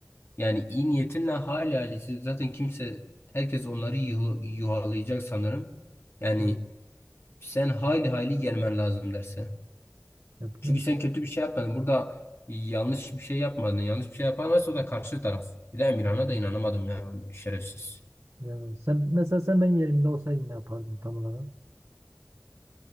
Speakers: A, on the left; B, on the right.
A: Yani iyi niyetinle hala alisi- zaten kimse herkes onları yuh yuhalayacak sanırım. Yani
B: Hmm,
A: sen hayli hayli gelmen lazım derse.
B: yapmak
A: Çünkü sen kötü bir şey yapmadın. Burada yanlış bir şey yapmadın. Yanlış bir şey yapan varsa o da karşı taraf. Bir de Emirhan'a
B: istemiyorum
A: da inanamadım ya şerefsiz.
B: Ya sen mesela sen benim yerimde olsaydın ne yapardın tam olarak?